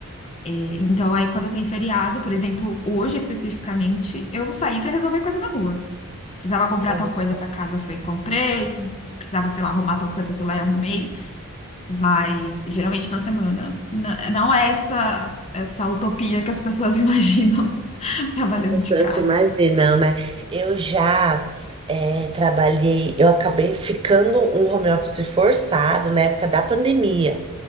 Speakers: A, on the left (about 30°); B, on the right (about 25°).
A: É, então aí quando tem feriado, por exemplo, hoje especificamente, eu saí para resolver coisa na rua. Precisava comprar
B: Olha
A: tal
B: só,
A: coisa para casa, foi e comprei. Precisava, sei lá, arrumar tal coisa, fui lá e arrumei. Mas geralmente na semana. na- Não é essa, essa utopia que as pessoas <laughs> imaginam trabalhando
B: as pessoas
A: de casa.
B: se imaginam, né? Eu já é, trabalhei, eu acabei ficando um home office forçado na época da pandemia.